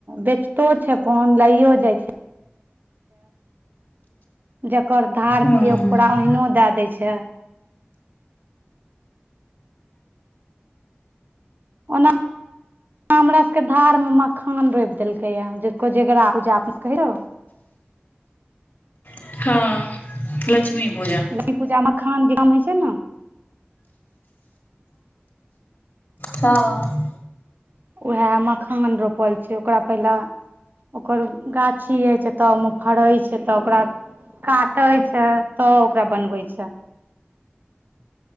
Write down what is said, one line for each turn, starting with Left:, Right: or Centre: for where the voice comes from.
Right: बेचतो छै अपन लइयो जाइ छै जकर धार
Left: हँ
Right: छियै ओकरा ओहिनो दए दै छै ओना हमरा सबके धार में मखान रोपि देलकै या जे कोजेगरा पूजा कहियौ
Left: हँ लक्ष्मी पूजा
Right: लक्ष्मी पूजा मे मखान कऽ काम होइ छै नऽ
Left: हँ
Right: उएह मखान रोपल छै ओकरा पहिले ओकर गाछी होइ छै तऽ ओहिमे फड़ैत छै तऽ ओकरा काटे छै तऽ ओकरा बनबै छैय